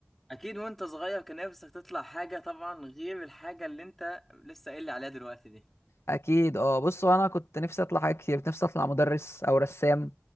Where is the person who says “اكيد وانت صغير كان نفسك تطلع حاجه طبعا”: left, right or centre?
Centre